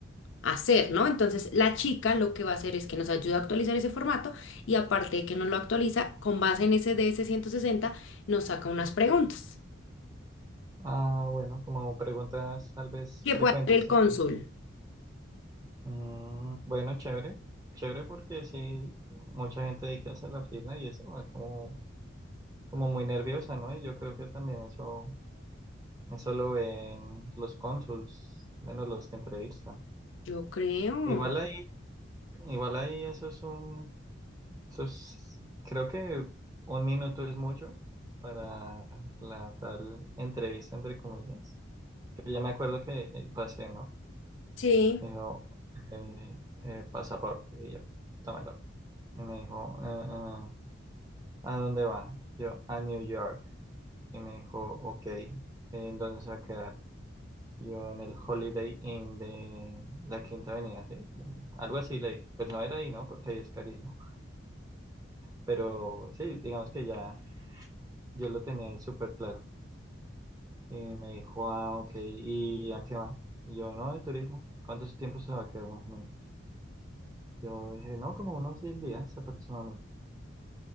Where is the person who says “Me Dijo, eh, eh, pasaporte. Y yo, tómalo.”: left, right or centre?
Right